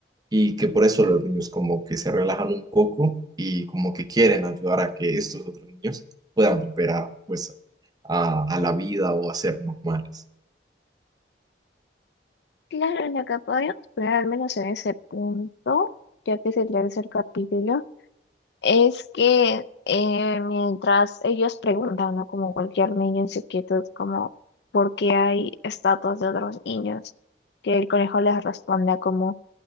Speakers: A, on the right; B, on the left.
A: y que por eso los niños como que se relajan un poco y como que quieren ayudar a que estos otros niños puedan volver a, pues, a, a la vida o a ser normales.
B: Claro, en lo que podríamos poner al menos en ese punto, ya que es el tercer capítulo, es que eh, mientras ellos preguntan, ¿no? Como cualquier niño en su quietud, como ¿por qué hay estatuas de otros niños? Que el conejo les responda como